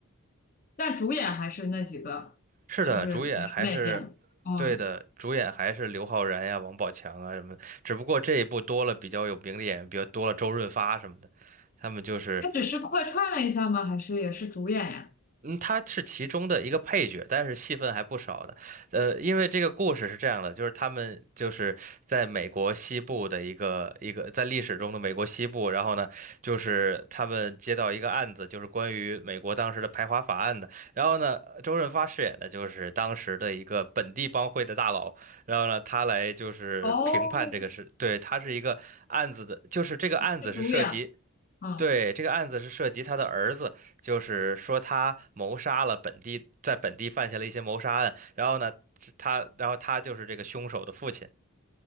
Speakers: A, on the left (about 40°); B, on the right (about 35°).
A: 但主演还是那几个，
B: 是的，
A: 就是演员没变。
B: 主演还是对的，
A: 嗯，
B: 主演还是刘昊然呀、王宝强啊什么的只不过这一部多了比较有名的演员，比较多了周润发什么的，他们就是
A: 他只是客串了一下吗？还是也是主演呀？
B: 嗯，他是其中的一个配角，但是戏份还不少的。呃，因为这个故事是这样的，就是他们就是在美国西部的一个一个在历史中的美国西部，然后呢，就是他们接到一个案子，就是关于美国当时的排华法案的。然后呢，周润发饰演的就是当时的一个本地帮会的大佬，然后呢，他来就是评判这个事，
A: 哦，
B: 对，他是一个案子的，就是这个案子是涉及。
A: 是主演，嗯，
B: 对，这个案子是涉及他的儿子，就是说他谋杀了本地，在本地犯下了一些谋杀案，然后呢，他，然后他就是这个凶手的父亲，